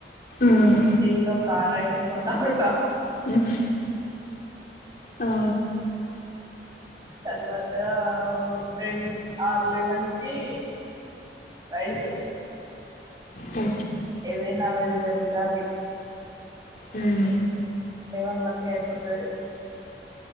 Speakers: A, on the left (about 50°); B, on the right (about 20°).
A: మ్మ్
B: టీ లో కార ఏసుకొని తాగుతా.
A: ఆహ్ ఆ
B: తర్వాత టెన్ ఆర్ లెవెన్ కి రైసు
A: ఓ
B: ఏదైనా వెజిటేబుల్ కర్రీ
A: ఉమ్
B: లేవన్ వరకు అయిపోతది.